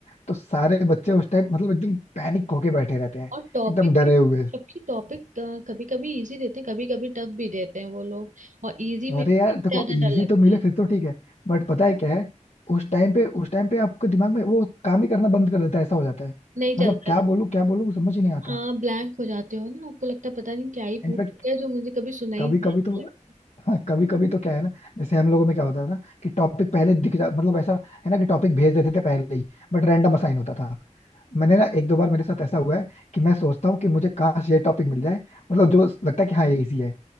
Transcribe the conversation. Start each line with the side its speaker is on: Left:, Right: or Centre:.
Left: तो सारे बच्चे उस टाइम मतलब एकदम पैनिक होके बैठे रहते हैं
Right: और टॉपिक
Left: एकदम डरे
Right: भी
Left: हुए
Right: जबकि टॉपिक कभी कभी इजी देते हैं कभी कभी टफ भी देते हैं वो लोग और इजी में
Left: अरे
Right: सबसे
Left: यार देखो
Right: ज्यादा
Left: इजी
Right: डर लगता
Left: तो मिले
Right: है
Left: फिर तो ठीक है बट पता है क्या है उस टाइम पे उस टाइम पे आपके दिमाग में वो काम ही करना बंद कर देता है ऐसा हो जाता है
Right: नहीं
Left: मतलब
Right: चलता
Left: क्या बोलूं क्या बोलूं समझ ही नहीं आता
Right: हाँ ब्लैंक हो जाते हो ना आपको लगता है पता नहीं क्या ही
Left: इनफैक्ट
Right: पूछ लिया जो मुझे कभी सुना ही
Left: कभी
Right: नहीं
Left: कभी
Right: ऐसा
Left: तो
Right: लगता
Left: हाँ कभी कभी तो क्या है ना जैसे हम लोगों में क्या होता था ना कि टॉपिक पहले दिख जा मतलब ऐसा है ना कि टॉपिक भेज देते थे पहले ही बट रैंडम असाइन होता था मैंने ना एक दो बार मेरे साथ ऐसा हुआ है कि मैं सोचता हूँ कि मुझे काश ये टॉपिक मिल जाए मतलब जो लगता है कि हाँ ये इसी है